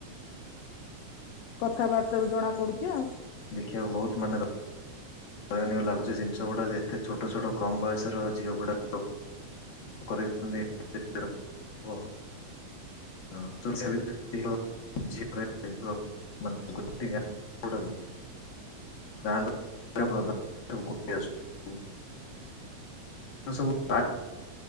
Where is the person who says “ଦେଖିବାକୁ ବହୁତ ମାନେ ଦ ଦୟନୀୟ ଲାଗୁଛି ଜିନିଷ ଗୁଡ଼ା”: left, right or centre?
Left